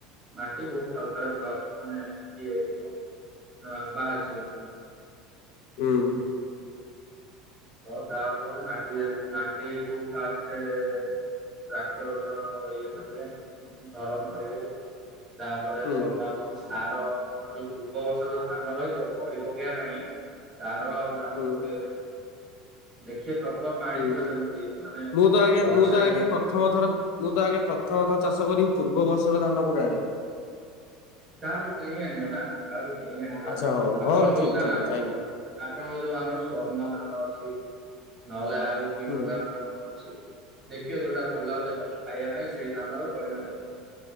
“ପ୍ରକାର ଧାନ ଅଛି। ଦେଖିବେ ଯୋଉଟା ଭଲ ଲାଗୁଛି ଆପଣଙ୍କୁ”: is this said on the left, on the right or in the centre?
Right